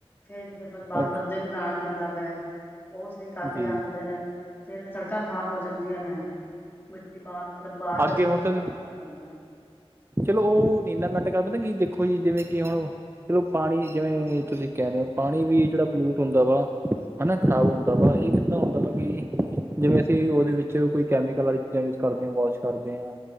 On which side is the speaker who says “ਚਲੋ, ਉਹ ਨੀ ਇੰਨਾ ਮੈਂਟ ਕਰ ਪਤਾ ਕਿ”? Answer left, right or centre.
Right